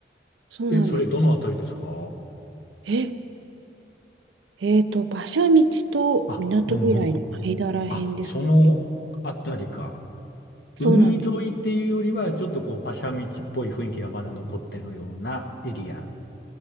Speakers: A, on the right; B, on the left.
A: そうなんです。
B: え、それどのあたりですか
A: え、えーと、馬車道と港未来の間ら辺ですかね。
B: あ、うんうん。あ、そのあたりか。
A: そうなんです。
B: 海沿いっていうよりは、ちょっとこう、馬車道っぽい雰囲気がまだ残ってるようなエリア。